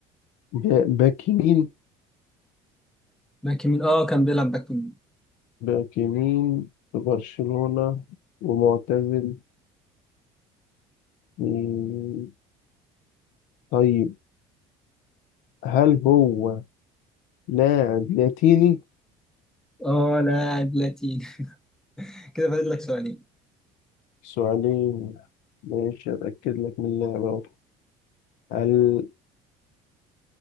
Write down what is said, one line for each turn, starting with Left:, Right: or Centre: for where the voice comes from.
Left: با- باك يمين
Centre: باك يمين اه كان بيلعب باك يمين
Left: باك يمين في برشلونة ومعتزل مم. طيب هل هو لاعب لاتيني؟
Centre: اه لاعب لاتيني <laughs> كده فاضل لك سؤالين
Left: سؤالين ماشي أتأكد لك من اللعبة أهو هل